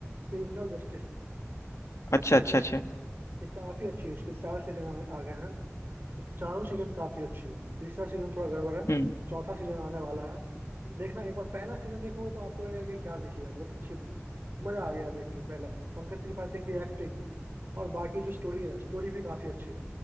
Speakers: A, on the right; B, on the left.
A: Criminal justice
B: अच्छा अच्छा अच्छा
A: ये काफी अच्छी है इसके चार सीजन आ, आ गए हैं तो चारों सीजन काफी अच्छी है तीसरा सीजन थोड़ा गड़बड़ है
B: हम्म
A: चौथा सीजन आने वाला है देखना एक बार पहला सीजन देखोगे तो आपको लगेगा कि क्या देख लिया बहुत अच्छी मजा आ गया देख के पहला पंकज त्रिपाठी की एक्टिंग और बाकी जो स्टोरी है स्टोरी भी काफी अच्छी है